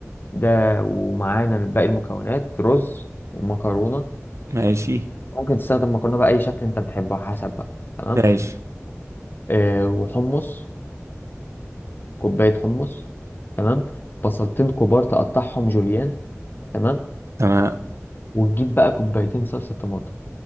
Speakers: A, on the left (about 40°); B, on the right (about 70°).
A: ده ومعانا باقي المكونات رز ومكرونة
B: ماشي
A: ممكن تستخدم مكرونة بأي شكل أنت بتحبها حسب بقى تمام
B: ماشي
A: آه وحمص كوباية حمص تمام بصلتين كبار تقطعهم جوليان تمام
B: تمام
A: وتجيب بقى كوبايتين صلصة طماطم